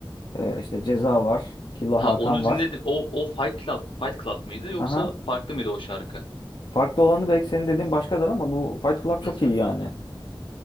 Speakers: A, on the left; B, on the left.
A: Ee, işte Ceza var. Killa
B: Ha
A: Hakan
B: onu dinledim.
A: var.
B: O o Fight Club Fight Club mıydı yoksa
A: Aha.
B: farklı mıydı o şarkı?
A: Farklı olanı belki senin dediğin başkadır ama bu Fight Club çok
B: Hı hı.
A: iyi yani.